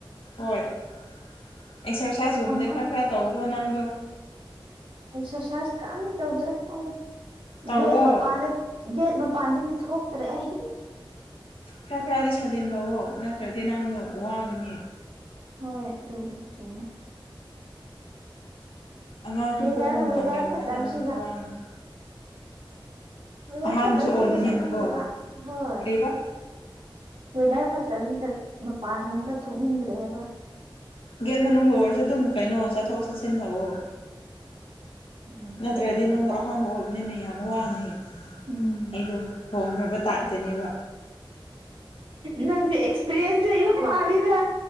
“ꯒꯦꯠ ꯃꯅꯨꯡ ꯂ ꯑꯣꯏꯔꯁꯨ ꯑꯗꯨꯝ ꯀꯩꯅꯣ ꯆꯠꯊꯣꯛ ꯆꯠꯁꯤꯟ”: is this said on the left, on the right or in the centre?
Left